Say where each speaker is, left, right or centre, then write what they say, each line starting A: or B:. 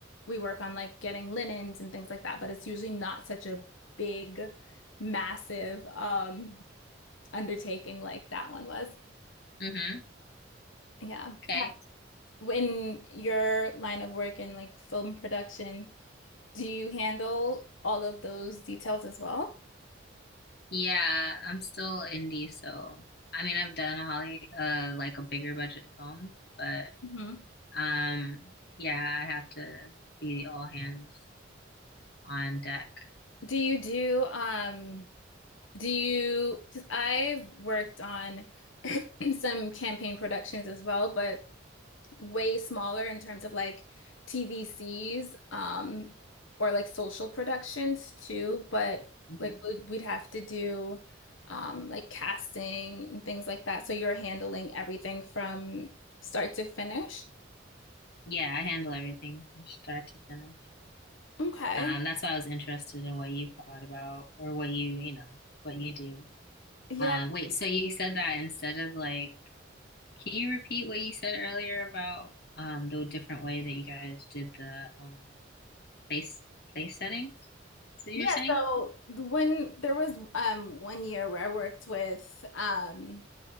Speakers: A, on the left; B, on the left.
A: we work on like getting linens and things like that, but it's usually not such a big massive um undertaking like that one was.
B: Mm-hmm.
A: Yeah.
B: Okay.
A: In your line of work in like film production, do you handle all of those details as well?
B: Yeah, I'm still indie, so I mean I've done a Holly uh like a bigger budget film, but
A: hmm
B: um yeah, I have to be all hands on deck.
A: Do you do um do you 'cause I've worked on <clears throat> some campaign productions as well, but way smaller in terms of like TVCs um or like social productions too, but
B: hmm
A: like we'd, we'd have to do um like casting and things like that. So you're handling everything from start to finish.
B: Yeah, I handle everything from start to finish.
A: Okay.
B: Um, that's why I was interested in what you thought about or what you, you know, what you do.
A: Yeah.
B: Um, wait, so you said that instead of like, can you repeat what you said earlier about um the different way that you guys did the um place place settings? Is what you
A: Yeah,
B: were saying?
A: so when there was um one year where I worked with um